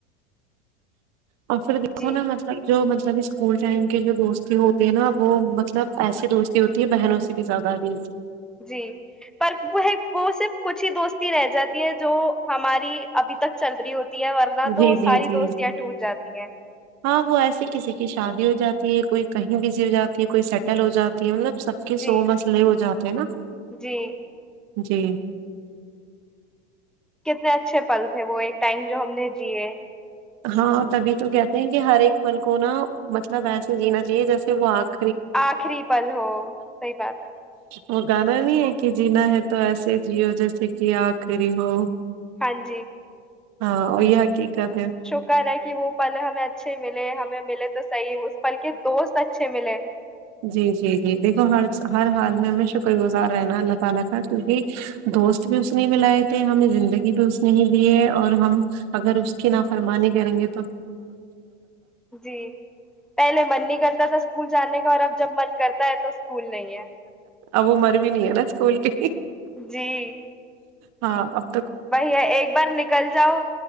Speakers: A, on the right (about 55°); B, in the centre.
A: اور پھر دیکو
B: جی
A: نا مطلب جو مطلب اسکول ٹائم کے جو دوستی ہوتی ہیں نا وہ مطلب ایسی دوستی ہوتی ہے بہنوں سے بھی زیادہ ادھی
B: جی پر وہ ہے وہ صرف کچھ ہی دوست ہی رہ جاتی ہے جو ہماری ابھی تک چل رہی ہوتی ورنہ تو
A: جی
B: وہ
A: جی
B: ساری
A: جی
B: دوستیاںٹاتی تی ہیں
A: ہاں وہ ایسی کسی کی شادی ہو جاتی ہے کوئی کہیں بزی ہو جاتی ہے کوئی سیٹل ہو جاتی مطلب سب کے
B: جی
A: سو مسئلے ہو جاتے ہیں نا
B: جی
A: جی
B: کتنے اچھے پل تھے وہ ایک ٹائم جو ہم نے جیے
A: ہاں تبھی تو کہتے ہیں کہ ہر ایک پل کو نا مطلب ایسے جینا چاہیے جیسے وہ آگ
B: آخری پل ہو سحی بات ہے
A: وہ گانا نہیں ہے کہ جینا ہے تو ایسے جیو جیسے کہ آ کرری ہو
B: ہاں جی
A: ہاں ای ہے کی کرتے
B: کر رہا ہے کہ وہ پل ہمیں اچھے ملے ہمیں ملے تو صحی اس پل کے دوست اچھے ملے
A: جی جی دیکھو ہر ہر حال میں ہمیشہ کوئی گزار رہنا ہے اللہ تعالی کا کیونکہ دوست بھی اس نے ولائے تھے ہمیں زندگی بھر اس میں ہی دی ہے اور ہم اگر اس کی نافرمانی کریں گے
B: جی پہلے من نہیں کرتا تھا اسکول جانے کا اور اب جب من کرتا ہے تو اسکول نہیں ہے
A: ابو مر بھی نہیں ہے نا اسکول کے
B: ہے جی
A: ہاں اک <unintelligible> <inaudible>
B: وہی ہے ایک بار نکل جاؤ